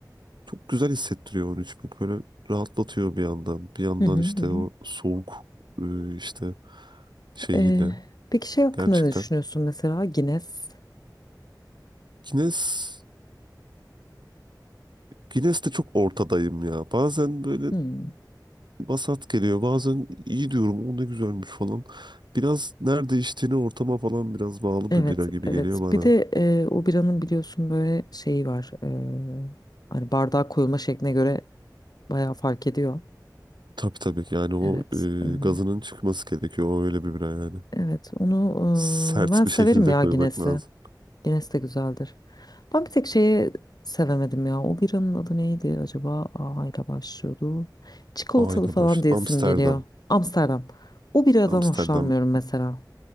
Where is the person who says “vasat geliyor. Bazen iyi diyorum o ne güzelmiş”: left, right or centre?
Right